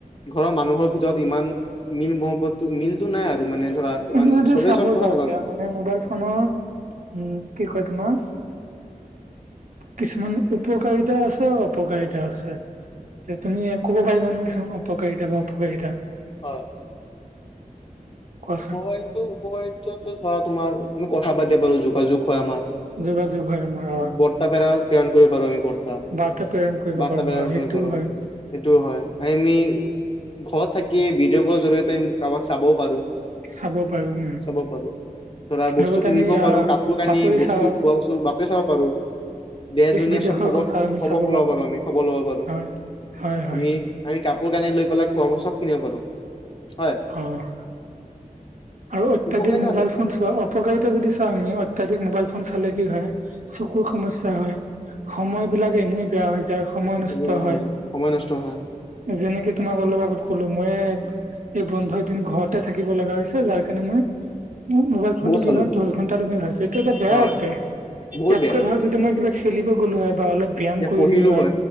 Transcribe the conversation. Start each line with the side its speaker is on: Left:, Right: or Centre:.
Left: ঘৰৰ মানুহৰ ভিতৰত ইমান মিল মহাবাত টো মিলটো নাই আৰু মানে ধৰা ইমান
Right: আমি যদি
Left: চবে
Right: চাব
Left: চব কথা
Right: যাওঁ
Left: নাজানে
Right: এতিয়া মানে মোবাইল ফোনৰ উম, কি কয় তোমাৰ। কিছুমান উপকাৰিতা আছে আৰু অপকাৰিতা আছে। তে তুমি ক'ব পাৰিবা নে কিছুমান উপকাৰিতা বা অপকাৰিতা?
Left: হয়।
Right: কোৱাচোন?
Left: উপকাৰি টো উপকাৰিতাটো ধৰা তোমাৰ আমি কথা পাতি পাৰো যোগাযোগ হয় আমাৰ।
Right: যোগাযোগ হয় আমাৰ অ
Left: বৰ্তা পে-প্ৰেৰণ কৰিব পাৰো আমি বৰ্তা।
Right: বাৰ্তা প্ৰেৰণ কৰিব
Left: বাৰ্তা
Right: পাৰো
Left: প্ৰেৰণ
Right: হয় সেইটোও
Left: কৰিব পাৰো।
Right: হয়।
Left: সেইটো হয়, আমি ঘৰত থাকি ভিডিঅ' ক'ল জৰিয়তে আমি কাৰোবাক চাবও পাৰো।
Right: চাব পাৰো উম।
Left: চাব পাৰো ধৰা বস্তু
Right: লগত
Left: কিনিব
Right: আমি আহ
Left: পাৰো, কাপোৰ কানি
Right: বাতৰি
Left: বস্তু
Right: চাওঁ
Left: খোৱা বস্তু, বাতৰি চাব পাৰো। দেশ দুনিয়াৰ
Right: বিদেশৰ
Left: চব খবৰ
Right: কথা আমি
Left: খবৰ
Right: চাব
Left: ল'ব পাৰো আমি, খবৰ ল'ব পাৰো
Right: হয় হয় হয়
Left: আমি আমি কাপোৰ কানি লৈ পেলাই খোৱা <unintelligible> চব কিনিব পাৰো হয়।
Right: অ'। আৰু অত্যাধিক
Left: উপকাৰিতা
Right: মোবাইল
Left: আছে
Right: ফোন অপকাৰিতা যদি চাওঁ আমি অত্যাধিক মোবাইল ফোন চালে কি হয় চকুৰ সমস্যা হয়। সময় বিলাক এনেই বেয়া হৈ যায়। সময় নষ্ট
Left: এনেই বেয়া
Right: হয়।
Left: হৈ যাই, সময় নষ্ট হয়।
Right: যেনেকে তোমাক অলপ আগত ক'লো মইে এই বন্ধৰ দিন ঘৰতে থাকিব লগা হৈ হৈছে। যাৰকাৰনে মই মোবাইল ফোনটো
Left: বহুত
Right: কি
Left: চালো
Right: হয় দহ ঘন্টালৈকে হৈছে এইটো এটা বেয়া
Left: হয়
Right: অভ্যাস,
Left: বহুত
Right: ইয়াত
Left: বেয়া
Right: কৈ ভাল যদি মই কিবা খেলিব গ'লো হয় বা অলপ ব্যয়াম
Left: এতিয়া
Right: কৰিলো
Left: পঢ়িলো
Right: হয়,